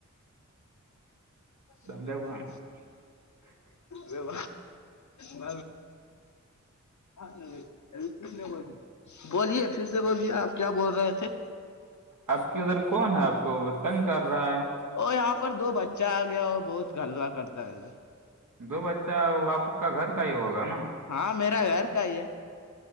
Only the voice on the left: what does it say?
<unintelligible> بھان
جب ب ہاں ک لیب بولیے پھر سے بوولے آپ کیا بول رہے تھے
اور یہاں پر دو بچہ آ گیا اور بہت گھلوا کرتا ہے ادھر
ہاں میرا گھر کا ہی ہے